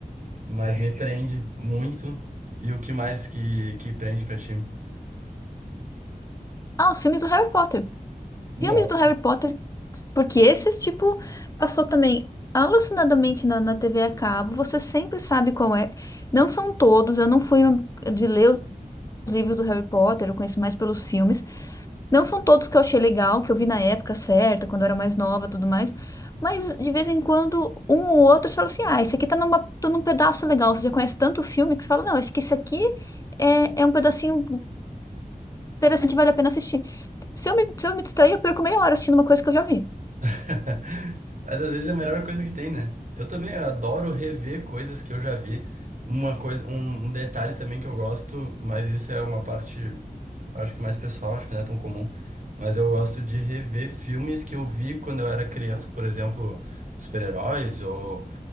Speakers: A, on the right (about 55°); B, on the left (about 20°).
A: mas me prende muito. E o que mais que, que prende pra ti?
B: Ah, os filmes do Harry Potter.
A: Nossa.
B: Filmes do Harry Potter, porque esses, tipo, passou também alucinadamente na, na TV a cabo, você sempre sabe qual é. Não são todos, eu não fui de ler os livros do Harry Potter, eu conheço mais pelos filmes. Não são todos que eu achei legal, que eu vi na época certa, quando eu era mais nova, tudo mais. Mas de vez em quando, um ou outro, você fala assim: ah, esse aqui tá, numa, tá num pedaço legal. Você já conhece tanto filme que você fala: não, acho que esse aqui é, é um pedacinho interessante, vale a pena assistir. Se eu me, se eu me distrair, eu perco meia hora assistindo uma coisa que eu já vi.
A: <laughs> Mas às vezes é a melhor coisa que tem, né? Eu também adoro rever coisas que eu já vi. Uma coisa, um, um detalhe também que eu gosto, mas isso é uma parte, acho que mais pessoal, acho que não é tão comum. Mas eu gosto de rever filmes que eu vi quando eu era criança, por exemplo, super-heróis ou